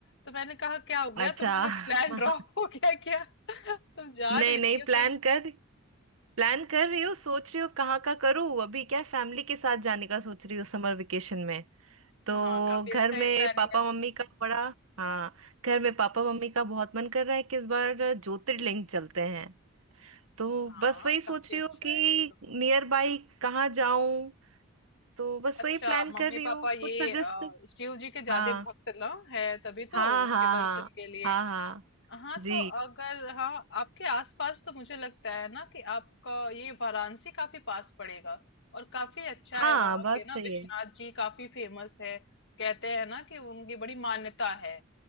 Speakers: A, on the left (about 60°); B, on the right (about 70°).
A: तो मैंने कहा क्या हो
B: अच्छा
A: गया तुम्हारा प्लान
B: <laughs>
A: ड्रॉप हो गया क्या <laughs> तुम जा
B: नहीं
A: नहीं
B: नहीं
A: रही हो
B: प्लान
A: कहीं
B: कर प्लान कर रही हूँ सोच रही हूँ कहाँ का करूँ अभी क्या फैमिली के साथ जाने का सोच रही हूँ समर वेकेशन में तो
A: हाँ काफी
B: घर
A: अच्छा
B: में
A: ये प्लानिंग
B: पापा
A: है तो
B: मम्मी का बड़ा हाँ घर में पापा मम्मी का बहुत मन कर रहा है कि इस बार ज्योतिर्लिंग चलते हैं तो
A: हाँ
B: बस वही सोच
A: काफी
B: रही
A: अच्छा
B: हूँ कि
A: है ये तो
B: नियर बाई कहाँ जाऊं तो बस
A: अच्छा
B: वही प्लान
A: मम्मी
B: कर रही
A: पापा
B: हूँ
A: ये
B: कुछ सजेस्ट
A: अ,
B: कर
A: शिव जी के ज्यादा
B: हाँ
A: भक्त ना है तभी तो
B: हाँ
A: उनके
B: हाँ
A: दर्शन
B: हाँ
A: के लिए
B: हाँ हाँ
A: हाँ
B: जी
A: तो अगर हाँ आपके आसपास तो मुझे लगता है ना कि आपका ये वाराणसी काफी पास पड़ेगा और काफी अच्छा
B: हाँ
A: है वहाँ
B: बात
A: के ना
B: सही
A: विश्वनाथ
B: है
A: जी काफी फेमस है कहते हैं ना कि उनकी बड़ी मान्यता है